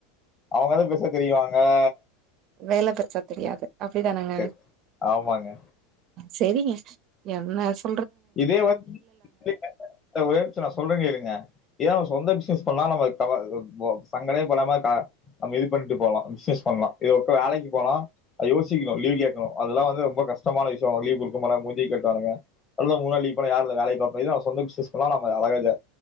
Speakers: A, on the left; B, on the right.
A: அவ்ங்கதா பெருசா தெரிவாங்க அ
B: வேல பெருசா தெரியாது அப்டிதானங்க
A: சரி, ஆமாங்க.
B: செரிங்க என்னஸ்
A: இதே வந் <inaudible> ஒரே நிம்ஷம் நா சொல்றேங் கேளுங்க ஏன்னா நம்ம சொந்த பிஸ்னஸ் பண்ணா நம்ம கவ சங்டமே படாம த நம்ம இது பண்ட்டு போலா பிஸ்னஸ் பண்லா இத உட்டு வேலைக் போனா யோசிக்ணு லீவ் கேக்ணு அதெல்லா வந்து ரொம்ப கஷ்டமான விஷ்யம் லீவ் குடுக்க மாட்டாங் மூஞ்சிய கட்டுவானுங்க அல்ல முணுநாள் லீவ் போன யார்ல வேலய பாப்ப இதுவே நம் சொந்த பிஸ்னஸ் பண்ணா நம்ம அழகா இத